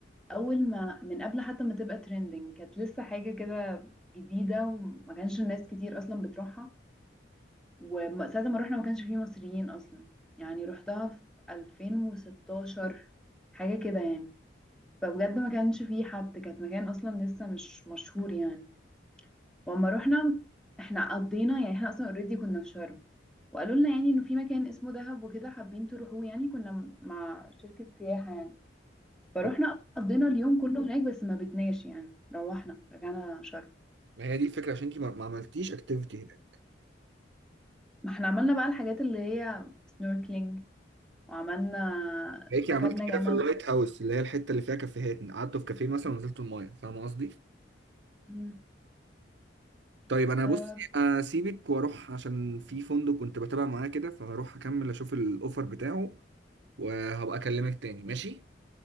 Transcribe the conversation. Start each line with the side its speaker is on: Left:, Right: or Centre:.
Centre: أول ما من قبل حتى ما تبقى ترندنج كانت لسه حاجة كده جديدة وما كانش الناس كتير أصلا بتروحها وساعة ما رحنا ما كانش فيه مصريين أصلا يعني رحتها في 2016 حاجة كده يعني فبجد ما كانش فيه حد كانت مكان أصلا لسه مش مشهور يعني وأما رحنا احنا قضينا يعني احنا أصلا اوريدي كنا في شرم وقالوا لنا يعني إنه في مكان اسمه دهب وكده حابين تروحوه يعني كنا مع شركة سياحة يعني فروحنا
Right: أو-
Centre: قضينا اليوم كله هناك بس ما بتناش يعني روحنا رجعنا شرم
Right: ما هي دي الفكره عشان انت ما ما عملتيش اكتيفيتي هناك
Centre: ما احنا عملنا بقى الحاجات اللي هي سنوركلينج وعملنا
Right: هيك
Centre: ركبنا
Right: عملتي كده
Centre: جمل
Right: في اللايت هاوس اللي هي الحته اللي فيها كافيهات قعدتوا في كافيه مثلا ونزلتوا المايه فاهم قصدي
Centre: مم.
Right: طيب انا
Centre: آه
Right: بص اسيبك واروح عشان في فندق كنت بتابع معاه كده فهروح اكمل اشوف الاوفر بتاعه وهبقى اكلمك تاني ماشي